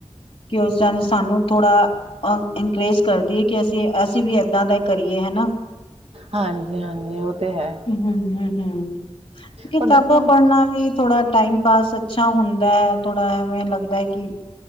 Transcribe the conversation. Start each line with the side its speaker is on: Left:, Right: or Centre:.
Left: ਕਿ ਉਸ ਟੈਨਸ ਸਾਨੂੰ ਥੋੜ੍ਹਾ ਅ ਇਨਕਰੇਜ ਕਰਦੀ ਕਿ ਅਸੀਂ ਅਸੀਂ ਵੀ ਐਦਾਂ ਦਾ ਕਰੀਏ ਹਨਾ।
Right: ਹਾਂਜੀ- ਹਾਂਜੀ ਉਹ ਤੇ ਹੈ।
Left: ਹਮ- ਹਮ -ਹਮ ਕਿਤਾਬਾਂ
Right: ਪਰ ਦੇਖੋ
Left: ਪੜ੍ਹਨਾ ਵੀ ਥੋੜਾ ਟਾਈਮ ਪਾਸ ਅੱਛਾ ਹੁੰਦਾ, ਥੋੜਾ ਐਵੇਂ ਲੱਗਦਾ ਕਿ